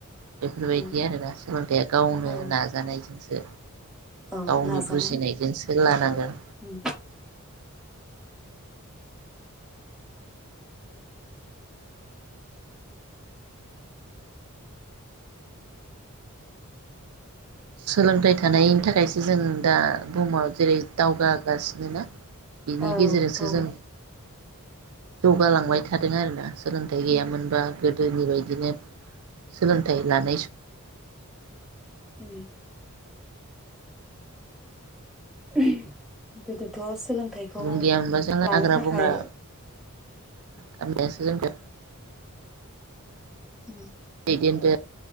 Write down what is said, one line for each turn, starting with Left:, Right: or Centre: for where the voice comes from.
Right: बेफोरबायदि
Centre: उम
Right: आरोना सोलोंथाइया गावनो
Centre: ओं
Right: नाजानायजोंसो
Centre: ओं
Right: गावनि
Centre: नाजानाय
Right: बुजिनायजोंसो लानांगोन
Centre: ओं
Right: सोलोंथाइ थानायनि थाखायसो जों दा बुहुमाव जेरै दावगा गासिनो ना बिनि
Centre: औ
Right: गेजेरजोंसो
Centre: थाव
Right: जों जौगालांबाय थादों आरोना सोलोंथाइ गैयामोनबा
Centre: उम
Right: गोदोनि बायदिनो सोलोंथाइ लानाय सम
Centre: उम <unintelligible> गोदोथ' स सोलोंथाइखौ
Right: सुबुं गैयामोनबा जों
Centre: लानो
Right: हाग्रा
Centre: थाखाय
Right: बंग्रा गामियासो जोंखौ
Centre: उम
Right: दैदेनदो